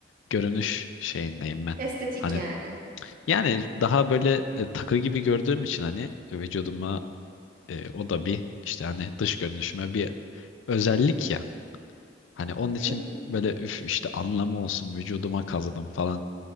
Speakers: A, on the left; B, on the right.
A: görünüş şeyindeyim ben
B: <laughs> Estetik
A: hani
B: yani.
A: yani daha böyle e, takı gibi gördüğüm için hani vücuduma e, o da bir işte hani dış görünüşüme bir özellik ya hani onun için
B: Hı?
A: böyle üf işte anlamı olsun vücuduma kazıdım falan